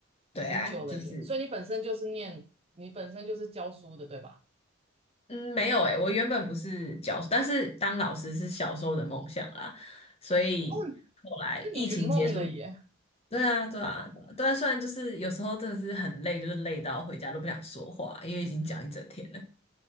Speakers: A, on the left; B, on the right.
A: 对啊，
B: 很久了耶！
A: 就是
B: 所以你本身就是念，你本身就是教书的，对吧？
A: 嗯，没有诶、我原本不是教，但是当老师是小时候的梦想啦，所以后来疫情结束，
B: 哦，那你圆梦了耶！
A: 对啊，对啊，对啊，对啊虽然就是有时候真的是很累，就是累到回家都不想说话，因为已经讲一整天了。